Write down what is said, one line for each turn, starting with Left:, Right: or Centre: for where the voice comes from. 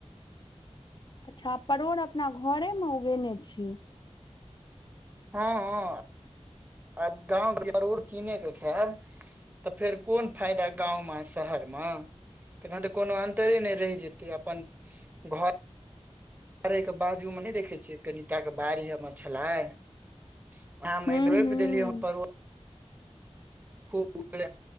Left: अच्छा परोड़ अपना घरेमे उगेने छी
Right: हँ हँ आब गाँव जरूर किने के खायब तऽ फेर कोन फायदा गाँवमे शहरमे तखन तऽ कोनो अन्त रे नै रहि जेतै अपन घर करै के बाजू में नहि देखै छियै कनिटा के बाड़ी हमर छलै ओहा में
Left: हूँ
Right: रोप
Left: हूँ
Right: देखिए हे परोड़ खूब उल